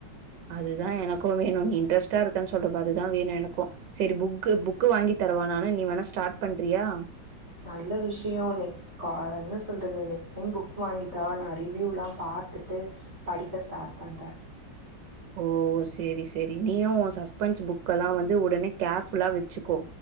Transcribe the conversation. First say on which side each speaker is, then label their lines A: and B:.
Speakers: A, on the right; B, on the right.
A: அதுதான் எனக்கும் வேணும் நீ இன்ட்ரெஸ்டா இருக்கேன்னு சொல்ற பாரு அதுதான் வேணும் எனக்கும் சேரி புக் புக்கு வாங்கி தரவா நானு நீ வேணா ஸ்டார்ட் பண்றியா
B: நல்ல விஷயம் நெக்ஸ்ட் கா என்ன சொல்றது நெக்ஸ்ட் டைம் புக் வாங்கிதா நான் ரிவ்யூயெலா பார்த்துட்டு படிக்க ஸ்டார்ட் பண்றேன்
A: ஓ சேரி சேரி நீயும் உன் சஸ்பென்ஸ் புக் எல்லாம் வந்து உடனே கேர்ஃபுல்லா வச்சுக்கோ